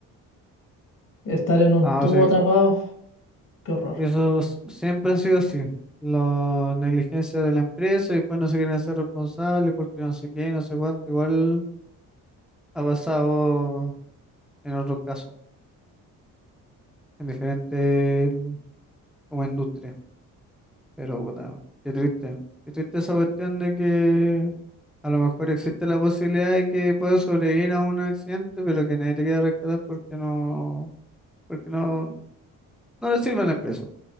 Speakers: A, on the left; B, in the centre.
A: estar en un
B: no,
A: tubo
B: sí.
A: atrapado, qué horror.
B: Eso s- siempre ha sido así. La negligencia de la empresa y después no se quieren hacer responsables porque no sé qué, no sé cuánto. Igual ha pasado en otros casos, en diferentes mm, como industrias. Pero puta, qué triste. Qué triste esa cuestión de que a lo mejor existe la posibilidad de que puedas sobrevivir a un accidente, pero que nadie te quiera rescatar porque no, porque no, no le sirve a la empresa.